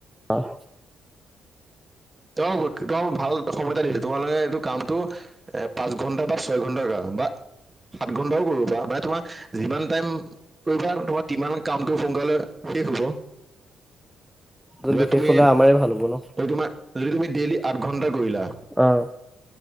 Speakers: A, in the centre; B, on the right.
A: অ',
B: ত' ত' ভাল সময় এটা দিছো তোমালোকে এইটো কামটো এ পাঁচ ঘণ্টা বা ছয় ঘণ্টা ধৰা। বা সাত ঘন্টাও কৰিবো পাৰা মানে তোমাৰ যিমান টাইম কৰিবা তোমাৰ কিমান কামটো সোনকালে শেষ হ'ব।
A: জল্দি
B: ধোৱা
A: শেষ
B: তুমি
A: হলে আমাৰে ভাল হ'ব ন
B: তোমাৰ যদি তুমি ডেইলি আঠ ঘন্টা কৰিলা
A: অ',